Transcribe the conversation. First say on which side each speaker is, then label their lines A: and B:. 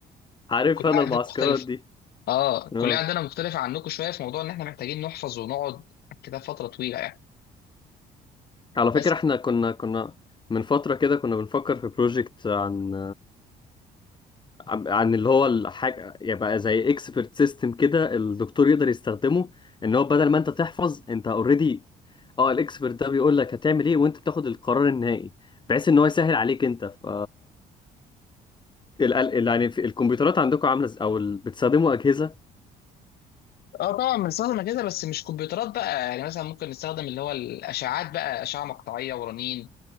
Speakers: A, on the left (about 25°); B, on the left (about 70°).
A: عارف
B: الكليه
A: انا
B: عندنا
A: المعسكرات
B: مختلف
A: دي
B: اه الكليه
A: اه
B: عندنا مختلفه عنكم شويه في موضوع ان احنا محتاجين نحفظ ونقعد كده فتره طويله يعني
A: على
B: بس
A: فكره احنا كنا كنا من فتره كده كنا بنفكر في بروجكت عن عن عن اللي هو الحاجة يبقى زي اكسبرت سيستم كده الدكتور يقدر يستخدمه ان هو بدل ما انت تحفظ انت اوريدي اه الاكسبرت ده بيقول لك هتعمل ايه وانت بتاخد القرار النهائي بحيث ان هو يسهل عليك انت ف ال- ال- يعني في الكمبيوترات عندكم عاملة ز- او ال- بتستخدموا اجهزة
B: اه طبعا بنستخدم كده بس مش كمبيوترات بقى يعني مثلا ممكن نستخدم اللي هو الاشعاعات بقى اشعه مقطعيه ورنين